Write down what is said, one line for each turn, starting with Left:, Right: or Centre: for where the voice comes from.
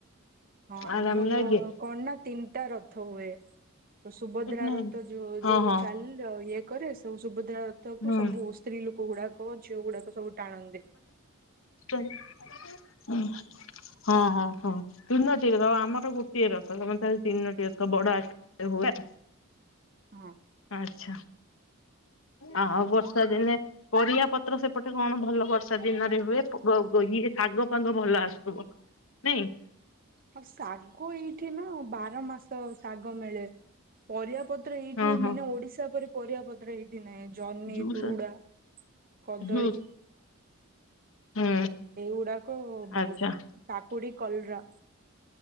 Right: ହଁ
Left: ଆରାମ
Right: ଆମର
Left: ଲାଗେ।
Right: କଣ ନା ତିନଟା ରଥ ହୁଏ। ତ ସୁଭଦ୍ରା
Left: ନାଇଁ
Right: ରଥ ଯୋଉ
Left: ହଁ
Right: ଯୋଉ
Left: ହଁ।
Right: ଚାଲ ଅ ଇଏ କରେ ସବୁ ସୁଭଦ୍ରା ର ଥକୁ
Left: ହୁଁ।
Right: ସବୁ ସ୍ତ୍ରୀଲୋକ ଗୁଡାକ ଝିଅଗୁଡାକ ସବୁ ଟାଣନ୍ତି।
Left: ଉଁ ହଁ ହଁ ହଁ। ତିନୋଟି ରର ଆଉ ଆମର ଗୋଟିଏ ରଥ ତମର ତାହାଲ ତିନୋଟି ରଥ ବଡ଼ ଆକାରରେ ହୁଏ।
Right: ହଁ।
Left: ଆଚ୍ଛା। ଆଉ ବର୍ଷା ଦିନେ ପରିବା ପତ୍ର ସେପଟେ କଣ ଭଲ ବର୍ଷ୍ ର୍ଷା ଦିନରେ ହୁଏ ପ ଗ ଗ ଇଏ ଶାଗ ଫାଗ ଭଲ ଆସୁଥୁବ ନାଇଁ?
Right: ଆଉ ଶାଗ ଏଇଠି ନା ବାର ମାସ ଶାଗ ମିଳେ। ପରିବାପତ୍ର ଏଇଠି
Left: ହଁ ହଁ
Right: ମାନେ ଓଡିଶା ପରି ପରିବାପତ୍ର ଏଇ ନାଇଁ ଜହ୍ନି,
Left: ଜୁସ୍
Right: ତୁରୁଡା, କଦଳୀ।
Left: ଜୁସ୍ ହୁଁ।
Right: ଏଇଗୁଡାକ ବୋହୁତ
Left: ଆଚ୍ଛା
Right: କାକୁଡି, କଲରା